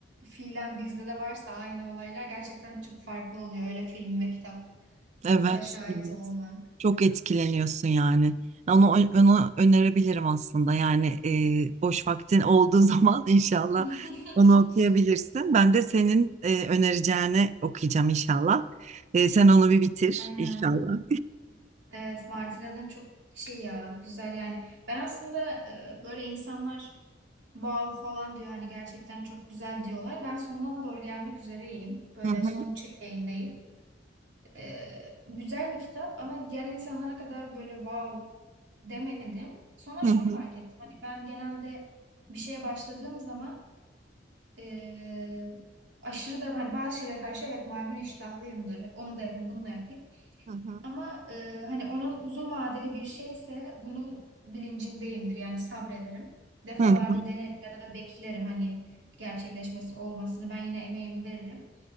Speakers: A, on the right (about 80°); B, on the right (about 40°).
A: fiilen bizde de varsa aynı olaylar gerçekten çok farklı oluyor. Öyle film ve kitaplara
B: Evet.
A: şahit olmak.
B: Çok etkileniyorsun yani. Onu, onu önerebilirim aslında. Yani e, boş vaktin olduğu <laughs> zaman inşallah
A: <laughs>
B: onu okuyabilirsin. Ben de senin e, önereceğini okuyacağım inşallah. E, sen onu bir bitir
A: Aynen.
B: inşallah.
A: Evet, Martin Eden çok şey ya güzel yani. Ben aslında e, böyle insanlar wow falan diyor hani gerçekten çok güzel diyorlar. Ben sonuna doğru gelmek üzereyim. Böyle
B: Hı hı,
A: son çeyreğindeyim. E, güzel bir kitap ama diğer insanlara kadar böyle wow demedim. Sonra
B: hı
A: şunu
B: hı,
A: fark ettim. Hani ben genelde bir şeye başladığım zaman eee, aşırı da hani bazı şeylere karşı evet maymun iştahlıyımdır. Onu da yapayım, bunu da yapayım.
B: hı hı,
A: Ama eee, hani onun uzun vadeli bir şeyse bunun bilincindeyimdir. Yani sabrederim. Defalarda
B: hı hı.
A: denerim ya da beklerim hani gerçekleşmesini olmasını. Ben yine emeğimi veririm.